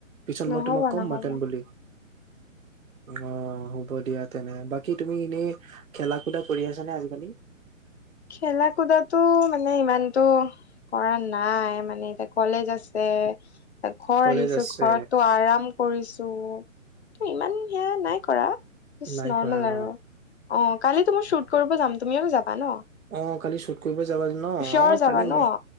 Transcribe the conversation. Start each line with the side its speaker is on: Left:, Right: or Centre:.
Right: পিছত
Left: নহ'ব
Right: মই তোমাক কম
Left: নহ'ব
Right: মাটন বুলি। <inaudible> অঁ হ'ব দিয়া তেনে বাকী তুমি এনেই খেলা খুদা কৰি আছা নে আজিকালি?
Left: খেলা কুদাতো মানে ইমানটো কৰা নাই মানে এতিয়া কলেজ আছে। ঘৰ
Right: কলেজ
Left: আহিছোঁ,
Right: আছে
Left: ঘৰতো আৰাম কৰিছোঁ। ইমান সেয়া নাই কৰা, যাষ্ট
Right: নাই
Left: নৰ্মেল
Right: কৰা ন
Left: আৰু। অ' কালিতো মোৰ শ্বুট কৰিব যাম, তুমিও যাবা ন'?
Right: অ' কালি শ্বুট কৰিব যাবা ন'
Left: চিয়ৰ
Right: অ'
Left: যাবা
Right: কালি
Left: ন
Right: মোক